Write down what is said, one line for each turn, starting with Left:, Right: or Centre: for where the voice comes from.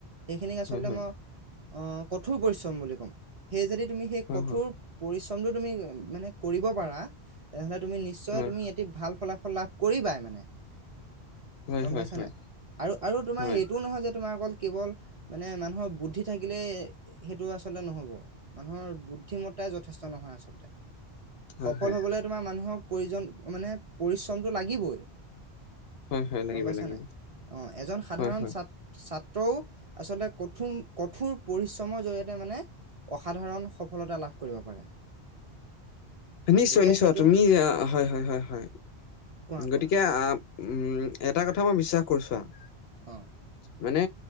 Right: সেইখিনিক আচলতে
Left: হয় হয়
Right: মই অহ কঠোৰ পৰিশ্ৰম বুলি ক'ম। সেই যদি তুমি সেই
Left: হয়
Right: কঠোৰ পৰিশ্ৰমটো তুমি মানে কৰিব পাৰা, তেনেহ'লে তুমি নিশ্চয়
Left: হয়
Right: তুমি ভাল ফলাফল লাভ কৰিবাই মানে।
Left: হয়
Right: গম
Left: হয়
Right: পাইছানে
Left: হয়
Right: নাই? আৰু আৰু তোমাৰ
Left: হয়
Right: এইটোও
Left: হয়
Right: নহয় যে তোমাৰ অকল- কেৱল মানে মানুহৰ বুদ্ধি থাকিলেই সেইটো আচলতে নহব। মানুহৰ বুদ্ধিমত্তাই যথেষ্ট নহয় আচলতে।
Left: হয়
Right: সফল
Left: হয়
Right: হবলৈ তোমাৰ মানুহক প্ৰয়োজন মানে পৰিশ্ৰমটো লাগিবই।
Left: হয় হয় লাগিব
Right: গম পাইছা
Left: লাগিব
Right: নে নাই? অঁ, এজন সাধাৰণ
Left: হয় হয়
Right: ছা- ছাত্ৰও আচলতে কঠোৰ কঠোৰ পৰিশ্ৰমৰ জৰিয়তে মানে- অসাধাৰণ সফলতা লাভ কৰিব পাৰে। গতিকে
Left: নিশ্চয় নিশ্চয়।
Right: সেইটো
Left: তুমি হয়, হয়, হয়, হয়।
Right: কোৱা কোৱা
Left: গতিকে আহ- উম, এটা কথা মই বিশ্বাস কৰোঁ, চোৱা-
Right: অঁ।
Left: মানে